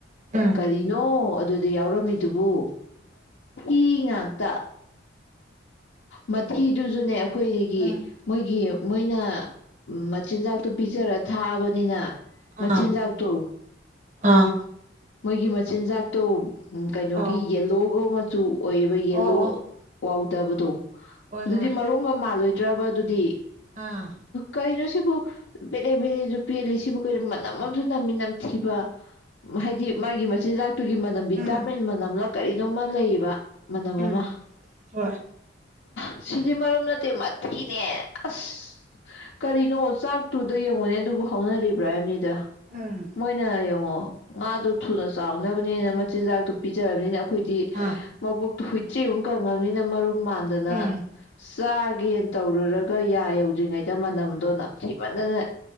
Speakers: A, on the right (about 40°); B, on the left (about 65°).
A: ꯎꯝ
B: ꯀꯔꯤꯅꯣ ꯑꯗꯨꯗꯤ ꯌꯥꯎꯔꯝꯃꯤꯗꯨꯕꯨ ꯃꯤ ꯉꯥꯛꯇ ꯃꯊꯤꯗꯨꯁꯨꯅꯦ ꯑꯩꯈꯣꯏꯒꯤ
A: ꯎꯝ
B: ꯃꯣꯏꯒꯤ ꯃꯣꯏꯅ ꯃꯆꯤꯟꯖꯥꯛꯇꯣ ꯄꯤꯖꯔ ꯊꯥꯛꯑꯕꯅꯤꯅ
A: ꯑꯥ
B: ꯃꯆꯤꯟ ꯆꯒ ꯇꯣ
A: ꯑꯥ
B: ꯃꯣꯏꯒꯤ ꯃꯆꯤꯟꯖꯥꯛꯇꯣ ꯎꯝ ꯀꯩꯅꯣꯒꯤ
A: ꯑꯣ
B: ꯌꯦꯂꯣꯒ ꯆꯨ ꯑꯣꯏꯔꯤꯕ ꯌꯦꯂꯣ
A: ꯑꯣ ꯑꯣ
B: ꯍ ꯗꯕꯗꯨꯣ
A: ꯍꯣꯏ
B: ꯑꯗꯨꯗꯤ
A: ꯍꯣꯏ
B: ꯃꯔꯨꯝꯒ ꯃꯥꯜꯂꯣꯏ ꯗ꯭ꯔꯕ ꯑꯗꯨꯗꯤ
A: ꯑꯥ
B: ꯀꯩꯅ ꯁꯤꯕꯨ ꯕꯦꯔꯦ ꯕꯦꯔꯦꯁꯨ ꯄꯦꯜꯂꯤ ꯁꯤꯕꯨ ꯀꯣ ꯃꯅꯝ ꯑꯃꯁꯨ ꯅꯝꯃꯤ ꯅꯝꯊꯤꯕ ꯍꯥꯏꯗꯤ ꯃꯥꯒꯤ ꯃꯆꯤꯟꯖꯥꯛꯇꯨꯒꯤ ꯃꯅꯝ ꯚꯤꯇꯥꯃꯤꯟ
A: ꯎꯝ
B: ꯃꯅꯝꯂ ꯀꯔꯤꯅꯣꯃ ꯂꯩꯌꯦꯕ ꯃꯅꯃꯃ
A: ꯎꯝ ꯍꯣꯏ
B: ꯁꯤꯗꯤ ꯃꯔꯨꯝ ꯅꯠꯇꯦ ꯃꯊꯤꯅꯦ ꯑꯁ ꯀꯔꯤꯅꯣ ꯆꯥꯛꯇꯨꯗ ꯌꯦꯡꯉꯣꯅꯦ ꯑꯗꯨꯕꯨ ꯍꯧꯅꯔꯤꯕ꯭ꯔꯥ ꯍꯥꯏꯕꯅꯤ ꯗ
A: ꯎꯝ
B: ꯃꯣꯏꯅ ꯌꯦꯡꯉꯣ ꯉꯥꯗꯨꯣ ꯊꯨꯅ ꯆꯥꯎꯅꯕꯅꯦꯅ ꯃꯆꯤꯟꯖꯥꯛꯇꯣ ꯄꯤꯖꯔꯕꯅꯤꯅ ꯑꯩꯈꯣꯏꯗꯤ
A: ꯑꯥ
B: ꯃꯕꯨꯣꯛꯇ ꯍꯨꯏ ꯆ ꯎ ꯀꯪꯉꯝꯅꯤ ꯃꯔꯔꯣ ꯃꯥꯟꯗꯅ
A: ꯎꯝ
B: ꯆꯥꯒꯦ ꯇꯧꯔꯨꯔꯒ ꯌꯥ ꯌꯧꯗ꯭ꯔꯤꯉꯩꯗ ꯃꯅꯝꯗꯣ ꯅꯝꯊꯤ ꯃꯅꯅ